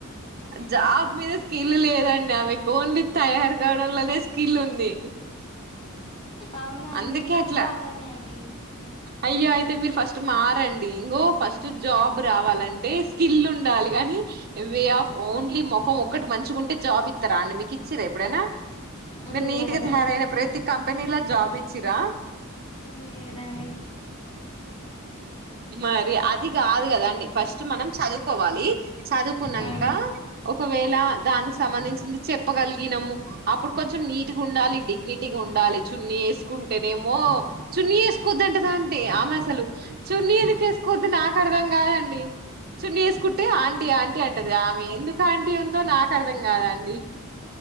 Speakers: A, on the right (about 45°); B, on the left (about 30°).
A: జాబ్ మీద స్కిల్ లేదండి ఆమెకు ఓన్లీ తయారు కావడంలోనే స్కిల్ ఉంది
B: అవునా అండి
A: అందుకే
B: నేను
A: అట్లా
B: కూడా అలానే అండి
A: అయ్యో అయితే మీరు ఫస్ట్ మారండి ఇగో ఫస్ట్ జాబ్ రావాలంటే స్కిల్ ఉండాలి కానీ వే ఆఫ్ ఓన్లీ ముఖం ఒక్కటి మంచిగా ఉంటే జాబ్ ఇస్తారా అండి మీకు ఇచ్చారా ఎప్పుడైనా మరి
B: లేదండి
A: నీట్ గా తయారన ప్రతి కంపెనీలో జాబ్ ఇచ్చిరా
B: లేదండి
A: మరి అది కాదు కదండి ఫస్ట్ మనం చదువుకోవాలి చదువుకున్నంక
B: ఉమ్.
A: ఒకవేళ దానికి సంబంధించింది చెప్పగలిగినము అప్పుడు కొంచెం నీట్గా ఉండాలి డిగ్నిటీగా ఉం డాలి చున్నీ వేసుకుంటేనేమో చున్నీ వేసుకోద్దంటదా అంటే ఆమె అసలు చున్నీ ఎందుకు వేసుకోద్ద్దు నాకు ఆది అర్ధం కాదండి చూన్ని వేసుకుంటే ఆంటీ ఆంటీ అంటది ఆమె ఎందుకు ఆంటీ ఉందో నాకు అర్థం కాదు అండి